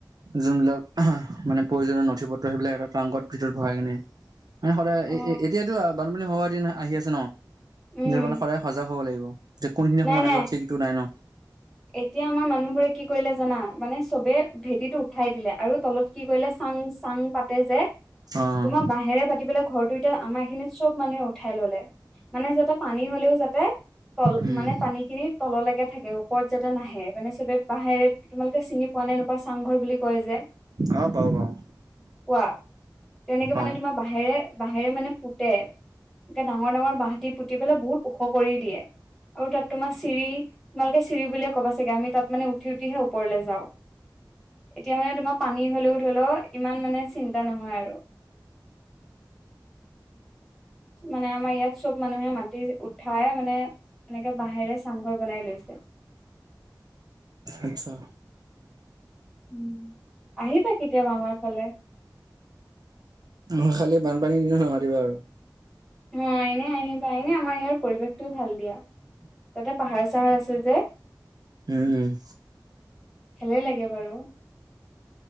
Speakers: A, on the right; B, in the centre.
A: যোনবিলাক এহ্ হা আ মানে প্ৰয়োজনীয় নথি-পত্ৰ সেইবিলাক এটা ট্ৰাংকত ভিতৰত ভৰাই কিনে। মানে সদায়
B: অ
A: এ এ এতিয়াতো বানপানী হোৱা দিন আহি আছে ন মানে
B: উম
A: নিজৰ মানে সদায় সজাগ হ'ব লাগিব। যে, কোনখিনি
B: নাই
A: সময়ত আহিব
B: নাই
A: চিনটো নাই ন।
B: এতিয়া আমাৰ মানুহবোৰে কি কৰিলে জানা, মানে চবে ভেটিটো উঠাই দিলে আৰু তলত কি কৰিলে চাং-চাং পাতে যে,
A: অ',
B: তোমাৰ বাহেৰে পাতি পেলাই ঘৰটো এতিয়া আমাৰ এইখিনিত চব মানুহে উঠাই ললে মানে যাতে পানী হলেও যাতে তল
A: উম,
B: মানে পানী খিনি তললৈকে থাকে। ওপৰত যাতে নাহে মানে চবে বাহেৰে তোমালোকে চিনি পোৱা নে নোপোৱা চাংঘৰ বুলি কয় যে।
A: অ', পাওঁ পাওঁ
B: কোৱা তেনেকে
A: পাওঁ
B: মানে তোমাৰ বু বাঁহেৰে, বাঁহেৰে মানে পুতে, এতিয়া ডাঙৰ ডাঙৰ বাঁহ দি পুতি পেলায় বহুত ওখ কৰি দিয়ে, আৰু তাত তোমাৰ চিৰি তোমালোকে চি- চিৰি বুলিয়ে ক'বা চাগে আমি তাত মানে উঠি উঠিে হে ওপৰলে যাওঁ। এতিয়া মানে তোমাৰ পানী হলেও ধৰি লও ইমান মানে চিন্তা নহয় আৰু। মানে আমাৰ ইয়াত চব মানুহে মাটি উঠাই মানে। এনেকে বাহেৰে চাংঘৰ বনাই লৈছে।
A: আত্চ্ছা।
B: উম, আহিবা কেতিয়াবা আমাৰ ফালে।
A: অ খালি বানপানীৰ দিনত নামাতিবা আৰু।
B: অ এনে আহিবা এনে আমাৰ ইয়াৰ পৰিৱেশটোও ভাল দিয়া, তাতে পাহাৰ চাহাৰ আছে যে।
A: উম উম।
B: হেলে লাগে বাৰু।